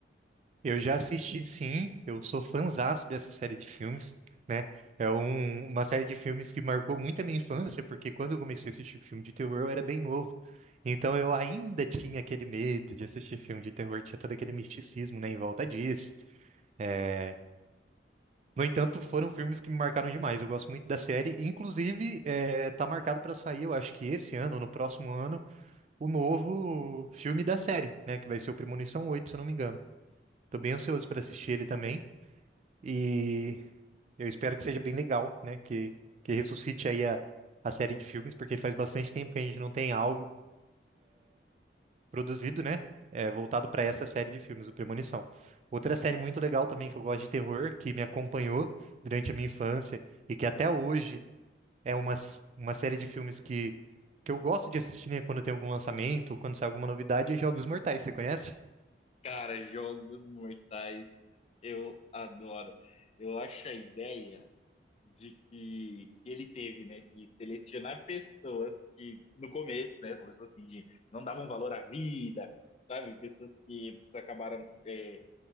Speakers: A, on the right (about 40°); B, on the left (about 35°).
A: Eu já assisti, sim. Eu sou fãzaço dessa série de filmes, né? É um- uma série de filmes que marcou muito a minha infância, porque quando eu comecei a assistir filme de terror, eu era bem novo. Então eu ainda tinha aquele medo de assistir filme de terror, tinha todo aquele misticismo, né, em volta disso. É, No entanto, foram filmes que me marcaram demais. Eu gosto muito da série. Inclusive, é, tá marcado pra sair, eu acho que esse ano, ou no próximo ano, o novo filme da série, né? Que vai ser o Premonição 8, se eu não me engano. Tô bem ansioso pra assistir ele também. E eu espero que seja bem legal, né? Que, que ressuscite aí a, a série de filmes, porque faz bastante tempo que a gente não tem algo produzido, né? é, voltado pra essa série de filmes, o Premonição. Outra série muito legal também que eu gosto de terror, que me acompanhou durante a minha infância e que até hoje É uma, s- uma série de filmes que, que eu gosto de assistir, né, quando tem algum lançamento, ou quando sai alguma novidade, é Jogos Mortais, você conhece?
B: Cara, jogos mortais eu adoro. Eu acho a ideia de que, que ele teve, né, de selecionar pessoas que no começo, né, começou assim, de não davam valor à vida, sabe? Pessoas que acabaram é,